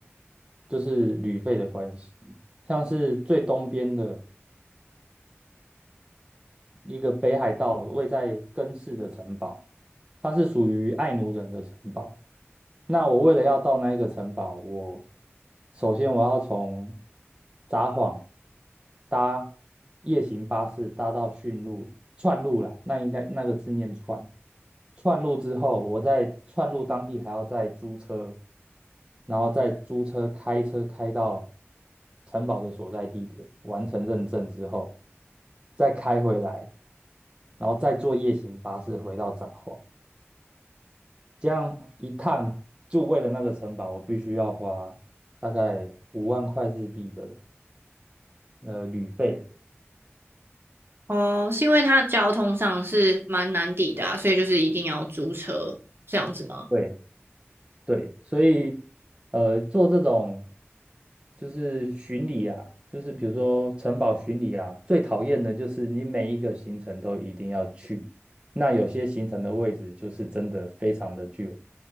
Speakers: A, on the right (about 20°); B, on the right (about 55°).
A: 就是旅费的关系，像是最东边的一个北海道位在根室的城堡，它是属于爱奴人的城堡。那我为了要到那一个城堡，我首先我要从札幌搭夜行巴士搭到驯鹿串路啦，那应该那个字念串。串路之后，我在串路当地还要再租车，然后再租车开车开到城堡的所在地点，完成认证之后，再开回来，然后再坐夜行巴士回到札幌。这样一趟就为了那个城堡，我必须要花大概五万块日币的呃旅费。
B: 哦，是因为它交通上是蛮难抵达，所以就是一定要租车这样子吗？
A: 对对，所以呃做这种就是巡礼啊，就是比如说城堡巡礼啊，最讨厌的就是你每一个行程都一定要去，那有些行程的位置就是真的非常的具有